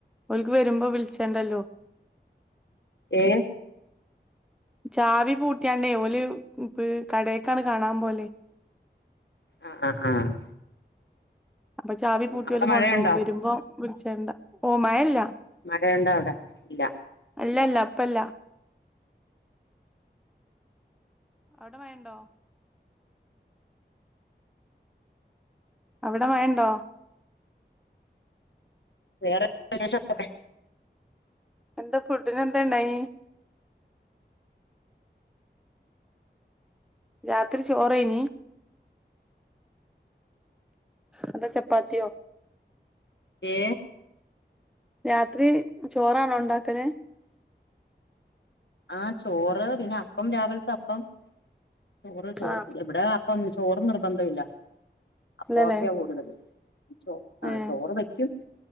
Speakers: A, in the centre; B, on the left.
A: ഓക്ക് വെര്മ്പോ വിളിച്ചേണ്ടേല്ലോ
B: ഹേ
A: ചാവി പൂട്ടിയാണ്ടേ ഓല് ഈ കടടേക്കാണ് കാണാൻ പോല്
B: ആഹ് ആ ആ-
A: അപ്പം ചാവി പൂട്ടി
B: അവിടെ
A: ഒല്
B: മഴയുണ്ടോ
A: കൊണ്ടോവുംവെര്മ്പം- വിളിച്ചെണ്ട ഓ മയയില്ലാ
B: മഴ ഉണ്ടോ അവടെ ഇല്ല
A: അല്ലല്ല അപ്പല്ല അവിടെ മഴണ്ടോ അവിടെ മയഉണ്ടോ
B: വേറെ വിശേഷം ഒക്കെ
A: എന്താ ഫുഡിന് എന്താ ഇണ്ടായിനി രാത്രി ചോറേയ്നി അതോ ചപ്പാത്തിയോ
B: ഏ
A: രാത്രി ചോറാണോ ഉണ്ടാക്കല്
B: ആ ചോറ് പിന്നെ അപ്പം രാവിലത്തെ അപ്പം ചോറ് ചോ
A: ആഹ്
B: ഇവിടെ അപ്പം ഒ ചോറ് നിർബന്ധം ഇല്ല അപ്പൊക്കെയാ
A: ഇല്ലല്ലേ
B: കൂടുതല് ചോ ആ
A: ഏഹ്
B: ചോറ് വയ്ക്കും